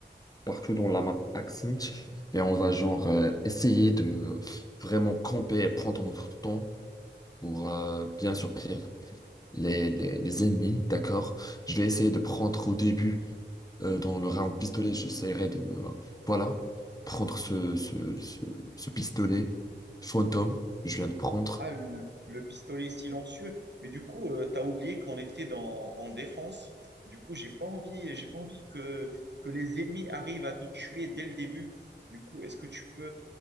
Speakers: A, on the left; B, on the right.
A: partout dans la map Axmit. Et on va genre euh, essayer de vraiment camper et prendre notre temps pour euh, bien surprendre les, les, les ennemis. D'accord. Je vais essayer de prendre au début euh, dans le round pistolet, j'essaierai de euh, voilà, prendre ce, ce, ce, ce pistolet fantôme. Je viens de prendre.
B: Ah, le, le pistolet silencieux. Mais du coup, euh, t'as oublié qu'on était dans, en défense. Du coup, j'ai pas envie, j'ai pas envie que, que les ennemis arrivent à te tuer dès le début. Du coup, est-ce que tu peux,